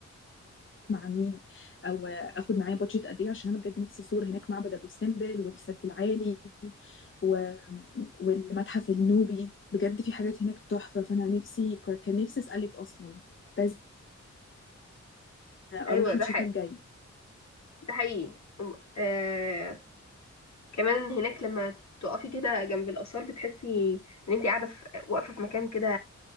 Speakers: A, on the left (about 40°); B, on the left (about 65°).
A: مع مين او اخد معايا بادجت قد ايه عشان انا بجد نفسي ازور هناك معبد ابو سمبل والسد العالي و... والمتحف النوبي بجد في حاجات هناك تحفة فانا نفسي كان نفسي اسالك اصلا كنت عايزة اروح
B: ايوه ده
A: الشتاء
B: حقيقي
A: الجاي
B: ده حقيقي آه... كمان هناك لما تقفي كده جنب الآثار بتحسي ان انت قاعدة في... واقفة في مكان كده